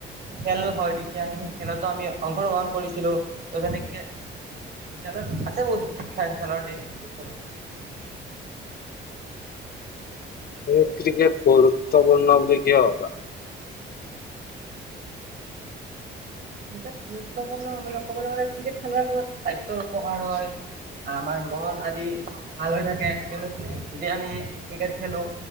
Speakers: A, on the right; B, on the left.
A: খেল হয়। তেতিয়া আমি সেই খেলতো আমি অংশগ্ৰহণ কৰিছিলো ত তেনেকে খেলত আছে বহুত খে খেলৰ হেৰি গুৰুত্বপূৰ্ণ।
B: স ক্ৰিকেট গুৰুত্বপূৰ্ণ বুলি কি ভাবা।
A: ক্ৰিকেট গুৰুত্বপূৰ্ণ হ'বলে ক'বলৈ গ'লে ক্ৰিকেট খেলা ফলত স্বাস্থ্যৰ উপকাৰ হয়, আমাৰ মন আদি ভাল হৈ থাকে কিয়নো যেতিয়া আমি ক্ৰিকেট খেলো